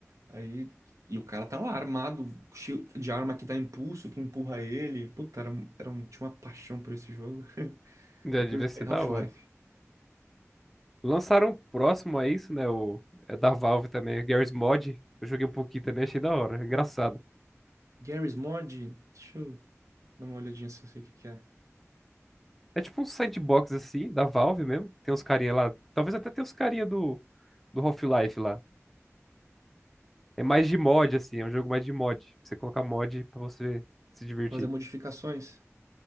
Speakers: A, on the right; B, in the centre.
A: Aí. E o cara tá lá armado, cheio de arma que dá impulso, que empurra ele. Puta, era, um- era um, tinha uma paixão por esse jogo. <laughs>
B: já
A: Depois,
B: devia ser
A: é Half-Life.
B: da hora. Lançaram um próximo a isso, né? O, é da Valve também, Garry's Mod. Eu joguei um pouquinho também, achei da hora, engraçado.
A: Garry's Mod, deixa eu dar uma olhadinha se eu sei o que que é.
B: É tipo um sandbox assim, da Valve mesmo. Tem uns carinha lá, talvez até tenha os carinha do, do Half-Life lá. É mais de mod, assim, é um jogo mais de mod. Você colocar mod pra você se divertir.
A: Fazer modificações.